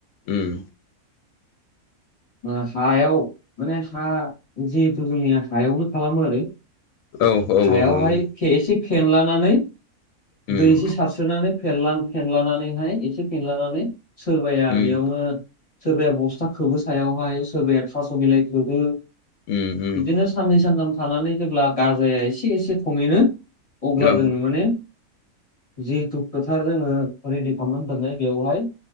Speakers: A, on the left; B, on the left.
A: उम
B: मा सायाव माने हा जिहेथु जोंनिया सायावनो खालामो आरो
A: औ औ
B: हायावहाय
A: औ नंगौ
B: खे एसे फेनलानानै
A: उम
B: दै एसे सारस्रोनानै फेनलां फेनलानानैहाय एसे फेनलानानै सोरबाया
A: उम
B: बेयावनो सोरबाया बस्था खोबो सायावहाय सोरबाया थास बिलाइ खोबो
A: उम उम
B: बिदिनो साननै सानथाम थानानै जेब्ला गाजाया एसे एसे थमेनो अब्ला
A: औ
B: जोङो माने जिथु फोथार जोङो रेडि खालामना दोननाय बेवहाय